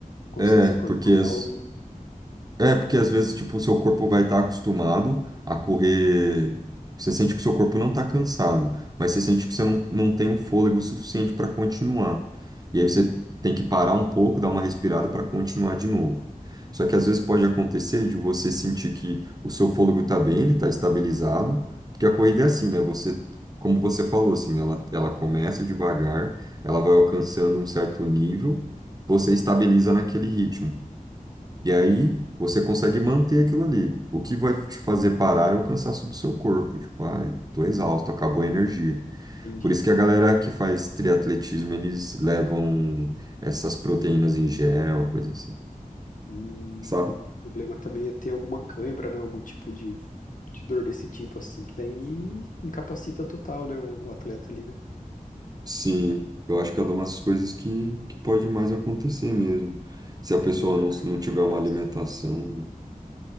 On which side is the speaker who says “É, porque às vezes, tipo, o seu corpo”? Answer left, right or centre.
Right